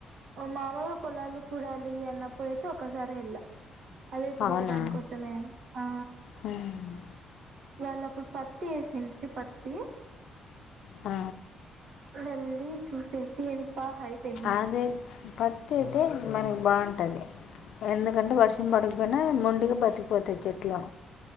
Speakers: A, on the right; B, on the left.
A: మామలుగా పొలాలు చూడాలి అన్నప్పుడు అయితే ఒకసారి వెళ్ళా అదే పన్ని
B: అవునా?
A: గా దాని కోసమే అని ఆ
B: హ్మ్.
A: వాళ్ళ అప్పుడు పత్తి వేసిండ్రి పత్తి
B: ఆ
A: వెళ్లి చూసేసి ఎంత హైట్ ఎండ్
B: అదే పత్తి అయితే మనకి బాగుంటుంది ఎందుకంటే వర్షం పడకపోయినా మొండిగా బతికి పోతాయి చెట్లా